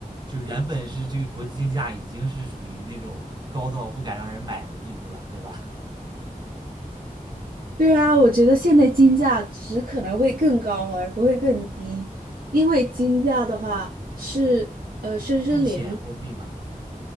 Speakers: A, on the right; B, on the right.
A: 就原本是这个国际金价已经是属于那种高到不敢让人买的地步了，对吧？
B: 对啊，我觉得现在金价只可能会更高，而不会更低，因为金价的话是呃深深连。
A: 避险货币嘛，对吧？